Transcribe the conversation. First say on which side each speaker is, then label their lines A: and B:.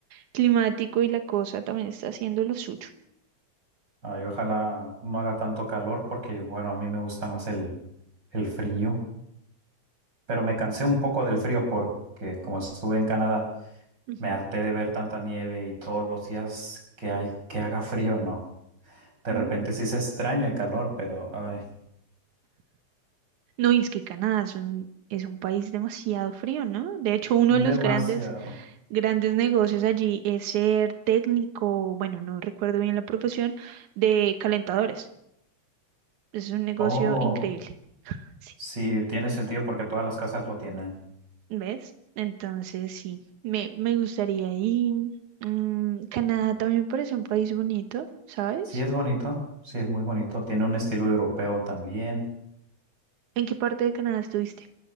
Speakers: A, on the right (about 85°); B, on the right (about 35°).
A: climático y la cosa también está haciendo lo suyo.
B: Ay, ojalá no haga tanto calor porque, bueno, a mí me gusta más el, el frío. Pero me cansé un poco del frío porque como estuve en Canadá,
A: Ujú.
B: me harté de ver tanta nieve y todos los días que hay, que haga frío, no. De repente
A: Mm.
B: sí se extraña el calor, pero ay,
A: No, y es que Canadá es un, es un país demasiado frío, ¿no? De hecho, uno
B: es
A: de los
B: demasiado.
A: grandes, grandes negocios allí es ser técnico, bueno, no recuerdo bien la profesión, de calentadores. Es un negocio
B: Oh,
A: increíble. Sí,
B: sí, tiene sentido porque todas las casas lo tienen.
A: ¿ves? Entonces, sí, me, me gustaría ir. Mm, Canadá también me parece un país bonito, ¿sabes?
B: Sí es bonito, sí es muy bonito. Tiene un estilo europeo también.
A: ¿En qué parte de Canadá estuviste?